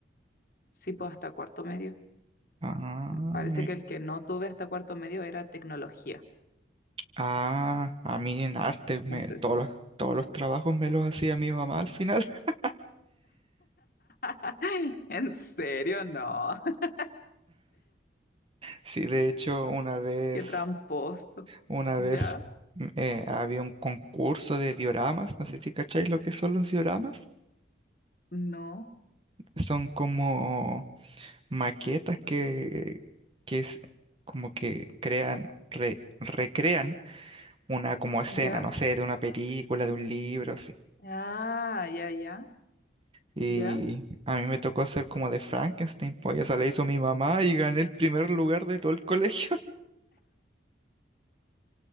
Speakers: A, on the left; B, on the right.
A: sí, pues hasta cuarto medio.
B: Ah,
A: Parece que el que no tuve hasta cuarto medio era tecnología,
B: Ah, a mí en arte, me,
A: no sé
B: todos
A: si.
B: los, todos los trabajos me los hacía mi mamá al final. <laughs>
A: <laughs> ¿En serio? No, <laughs>
B: Sí, de hecho, una vez,
A: qué tramposo,
B: una
A: ya,
B: vez m- eh, había un concurso de dioramas, no sé si cacháis lo que son los dioramas.
A: no.
B: Son como maquetas que, que es como que crean, re- recrean una como escena,
A: ¿Ya?
B: no sé, de una película, de un libro, así.
A: Ah, ya, ya,
B: Y
A: ya.
B: a mí me tocó hacer como de Frankenstein, pues esa la hizo mi mamá y gané el primer lugar de todo el colegio. <laughs>